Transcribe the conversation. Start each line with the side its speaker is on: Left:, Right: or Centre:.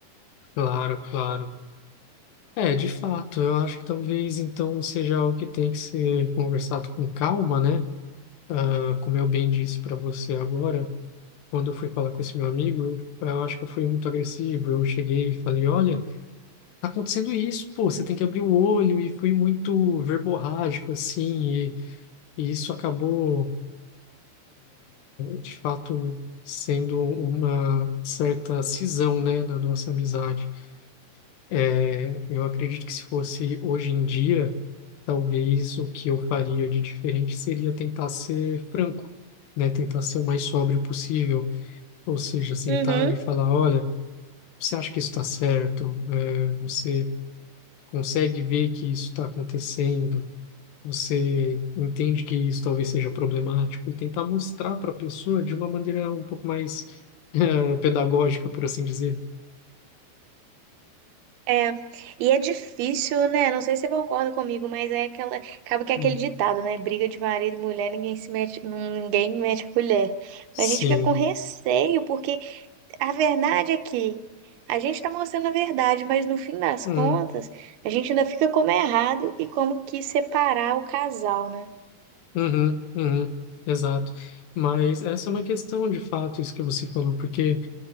Left: Claro, claro. É, de fato, eu acho que talvez então seja algo que tem que ser conversado com calma, né? Ah, como eu bem disse para você agora, quando eu fui falar com esse meu amigo, eu, eu acho que eu fui muito agressivo. Eu cheguei e falei: olha, tá acontecendo isso, pô, você tem que abrir o olho. E fui muito verborrágico, assim, e, e isso acabou, de fato, sendo uma certa cisão, né, na nossa amizade. É, eu acredito que se fosse hoje em dia, talvez o que eu faria de diferente seria tentar ser franco, né? Tentar ser o mais sóbrio possível, ou seja, sentar
Right: Uhum.
Left: e falar, olha, você acha que isso está certo? É, você consegue ver que isso está acontecendo? Você entende que isso talvez seja problemático? E tentar mostrar para a pessoa de uma maneira um pouco mais <laughs> eh, pedagógica, por assim dizer.
Right: É, e é difícil, né? Não sei se você concorda comigo, mas é aquela, acaba que é
Left: Hum,
Right: aquele ditado, né? Briga de marido e mulher, ninguém se mete, ninguém mete a colher.
Left: Sim.
Right: A gente fica com receio, porque a verdade é que a gente tá mostrando a verdade, mas no fim das
Left: Hum.
Right: contas, a gente ainda fica como é errado e como que separar o casal, né?
Left: Uhum, uhum, exato. Mas essa é uma questão de fato, isso que você falou, porque